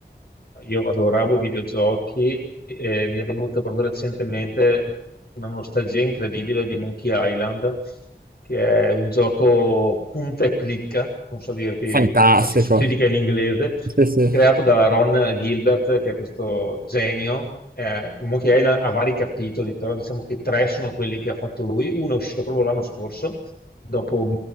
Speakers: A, on the left (about 60°); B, on the right (about 55°).
A: io adoravo i videogiochi e mi è venuta proprio recentemente una nostalgia incredibile di Monkey Island, che è un gioco punta e clicca, non so dirti
B: Fantastico,
A: come si si dica in inglese,
B: sì sì,
A: creato da Ron Gilbert, che è questo genio. Eh, Monkey Island ha vari capitoli, però diciamo che tre sono quelli che ha fatto lui. Uno è uscito proprio l'anno scorso dopo